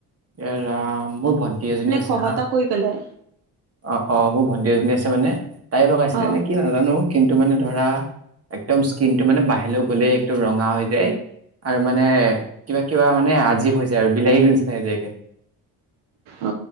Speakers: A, on the right; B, on the right.
A: এৰ আহ মোৰ ভন্টি এজনী আছে
B: খহতা
A: হা
B: কৰি পেলাই
A: অ অ মোৰ ভণ্টি এজনী আছে মানে তাইৰ লগ আছিলে
B: অ
A: নে কি নাজানো কিন্তু মানে ধৰা একদম স্কিন টো মানে বাহিৰলৈ গ'লেই একদম ৰঙা হৈ যায় আৰু মানে কিবা কিবা মানে আজীৱ হৈ যায় আৰু বিলাহীটো নিচিনা হৈ যায়গে
B: অ